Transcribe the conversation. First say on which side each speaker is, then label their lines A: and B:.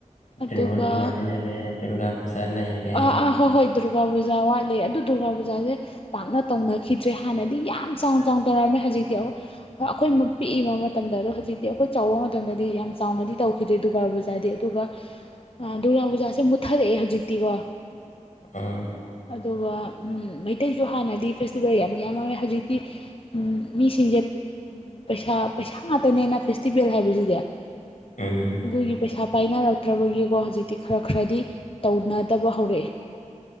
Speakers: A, on the left; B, on the left.
A: ꯑꯗꯨꯒ
B: ꯗ꯭ꯔꯦꯕꯗꯤ ꯋꯥꯗꯅꯔꯦ ꯗꯨꯔꯒꯥ ꯄꯨꯖꯥꯅ ꯏꯔꯦ
A: ꯑꯥ ꯑꯥ ꯍꯣꯏ ꯍꯣꯏ ꯗꯨꯔꯒꯥ ꯄꯨꯖꯥ ꯋꯥꯠꯂꯦ ꯑꯗꯨ ꯗꯨꯔꯒꯥ ꯄꯨꯖꯥꯁꯦ ꯄꯥꯛꯅ ꯇꯧꯅꯈꯤꯗ꯭ꯔꯦ ꯍꯥꯟꯅꯗꯤ ꯌꯥꯝ ꯆꯥꯎ ꯆꯥꯎ ꯇꯧꯔꯝꯃꯤ ꯍꯧꯖꯤꯛꯇꯤ ꯑꯩꯈꯣꯏ ꯄꯤꯛꯏꯕ ꯃꯇꯝꯗ ꯑ ꯍꯧꯖꯤꯛꯇꯤ ꯑꯩꯈꯣꯏ ꯆꯥꯎꯕ ꯃꯇꯝꯗꯗꯤ ꯌꯥꯝ ꯆꯥꯎꯅ ꯇꯧꯈꯤꯗ ꯗꯨꯔꯒꯥ ꯄꯨꯖꯥꯗꯤ ꯑꯗꯨꯒ ꯗꯨꯔꯒꯥ ꯄꯨꯖꯥꯁꯦ ꯃꯨꯠꯊꯔꯛꯑꯦ ꯍꯧꯖꯤꯛꯇꯤꯀꯣ
B: ꯑ
A: ꯑꯗꯨꯒ ꯃꯩꯇꯩꯁꯨ ꯍꯥꯟꯅꯗꯤ ꯐꯦꯁꯇꯤꯚꯦꯜ ꯌꯥꯝ ꯌꯥꯝꯃꯃꯦ ꯍꯧꯖꯤꯛꯇꯤ ꯃꯤꯁꯤꯡꯁꯦ ꯎꯝ ꯄꯩꯁꯥ ꯄꯩꯁꯥ ꯉꯥꯛꯇꯅꯦꯅ ꯐꯦꯁꯇꯤꯚꯦꯜ ꯍꯥꯏꯕꯁꯤꯗꯤ ꯑꯗꯨꯒꯤ
B: ꯎꯝ
A: ꯄꯩꯁꯥ ꯄꯥꯏꯅꯔꯛꯇ꯭ꯔꯕꯒꯤꯀꯣ ꯍꯧꯖꯤꯛꯇꯤ ꯈꯔ ꯈꯔꯗꯤ ꯇꯧꯅꯗꯕ ꯍꯧꯔꯛꯑꯦ